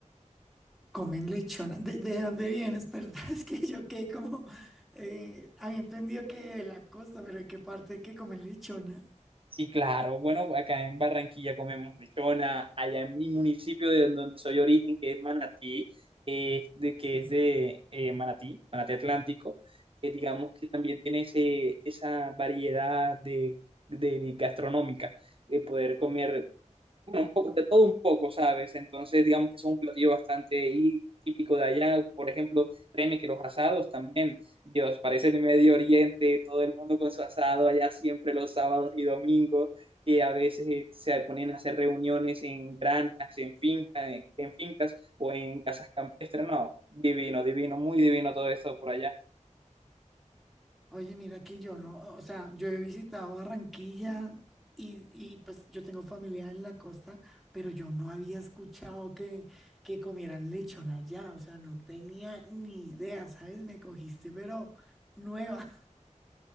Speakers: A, in the centre; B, on the right.
A: Comen lechona. ¿De, de dónde vienes? Perdón, <laughs> es que yo quedé como... eh, había entendido que de la costa, pero ¿de qué parte que comen lechona?
B: Sí, claro. Bueno, acá en Barranquilla comemos lechona, allá en mi municipio de donde soy origen, que es Manatí, eh, de, que
A: Sí.
B: es de eh, Manatí, Manatí Atlántico, eh, digamos que también tiene ese, esa variedad de, de- de gastronómica, de poder comer bueno, un poco, de todo un poco, ¿sabes? Entonces, digamos que es un platillo bastante y- típico de allá. Por ejemplo, créeme que los asados también, Dios, parece el Medio Oriente, todo el mundo con su asado allá siempre los sábados y domingos, que a veces eh, se ponen a hacer reuniones en granjas, en finca- en fincas o en casas campestres. No, divino, divino, muy divino todo esto por allá.
A: Oye, mira que yo no... O sea, yo he visitado Barranquilla y, y pues yo tengo familia en la costa, pero yo no había escuchado que, que comieran lechona allá. O sea, no tenía ni idea, ¿sabes? Me cogiste, pero nueva.